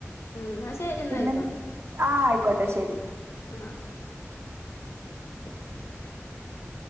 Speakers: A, on the left; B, on the right.
A: ഉം എന്നാ ശരി എന്നാ
B: പിന്നെ
A: ആയിക്കോട്ടെ
B: ആ ആയിക്കോട്ടെ ശരി എന്നാ
A: ആ ആ <unintelligible>